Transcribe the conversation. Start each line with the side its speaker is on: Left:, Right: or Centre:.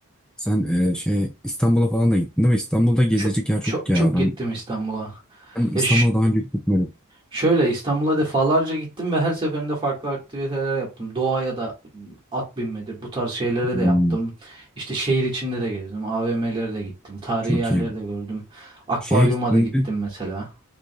Centre: Sen e, şey İstanbul'a falan da gittin değil mi? İstanbul'da gezilecek
Right: Çok
Centre: yer
Right: çok,
Centre: çok ya.
Right: çok
Centre: Ben,
Right: gittim İstanbul'a.
Centre: ben İstanbul'a
Right: Ya
Centre: daha önce hiç gitmedim.
Right: Şöyle İstanbul'a defalarca gittim ve her seferinde farklı aktiviteler yaptım. Doğaya da m, at binmedir bu tarz şeylere
Centre: Hmm,
Right: de yaptım. İşte şehir içinde de gezdim. AVM'lere de gittim. Tarihi
Centre: çok
Right: yerleri
Centre: iyi.
Right: de gördüm. Akvaryuma
Centre: Şeye gittin
Right: da gittim
Centre: mi?
Right: mesela.